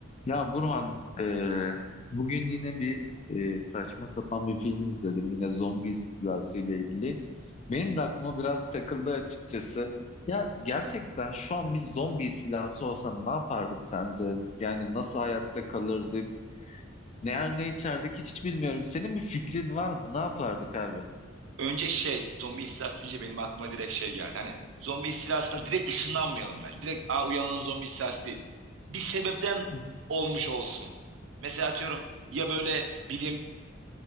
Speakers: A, on the left; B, on the right.
A: Ya Burhan, eee, bugün yine bir eee, saçma sapan bir film izledim. Yine zombi istilası ile ilgili. Benim de aklıma biraz takıldı açıkçası. Ya gerçekten şu an bir zombi istilası olsa ne yapardık sence? Yani nasıl hayatta kalırdık? Ne yer ne içerdik hiç bilmiyorum. Senin bir fikrin var mı? Ne yapardık abi?
B: Önce şey zombi istilası deyince benim aklıma direkt şey geldi. Hani zombi istilasına direkt ışınlanmayalım ben. Direkt aa uyanalım zombi istilası değil. Bir sebepten
A: Hı.
B: olmuş olsun. Mesela atıyorum ya böyle bilim